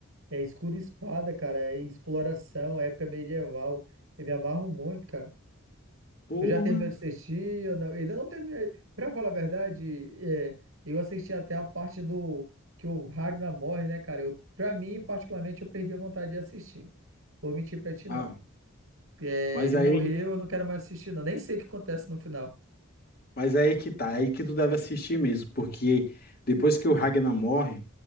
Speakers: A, on the right; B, on the left.
A: é escudo e espada, cara, é exploração, época medieval. Eu me amarro muito, cara.
B: Porra.
A: Tu já terminou de assistir? Eu não, ainda não terminei. Pra falar a verdade, é, eu assisti até a parte do que o Ragnar morre, né, cara? Eu, pra mim, particularmente, eu perdi a vontade de assistir. Vou mentir pra ti, não.
B: Ah,
A: É,
B: mas
A: ele
B: aí,
A: morreu, eu não quero mais assistir, não. Nem sei o que acontece no final.
B: mas aí que tá, aí que tu deve assistir mesmo, porque depois que o Ragnar morre,